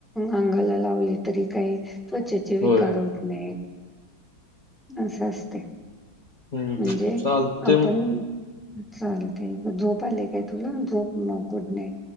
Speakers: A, in the centre; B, on the left.
A: अंगाला लावली तरी काय त्वचेत विकार
B: होय
A: होत नाही. असं असते.
B: हम्म
A: म्हणजे
B: चालतंय
A: आपण
B: म
A: चाल तय, झोप आली काय तुला झोप मग गुड नाईट.